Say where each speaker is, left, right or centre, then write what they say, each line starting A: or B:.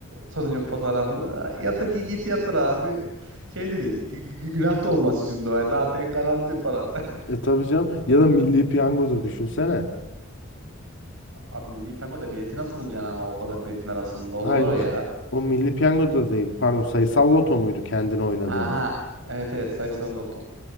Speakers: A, on the right; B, on the left.
A: sonucun fotoğrafını. Yatır ki git yatır abi. Şey de değil. gü- gü- günah da olmaz şimdi o. Zaten garanti para. <laughs>
B: E tabii canım. Ya da Milli Piyango'da düşünsene.
A: Abi Milli Piyango'da bileti nasıl bulacaksın ama o kadar biletin arasında. O
B: Hayır.
A: zor ya.
B: O Milli Piyango'da değil. Pardon. Sayısal Loto muydu kendini oynadığın?
A: Aha. Evet evet sayısal loto.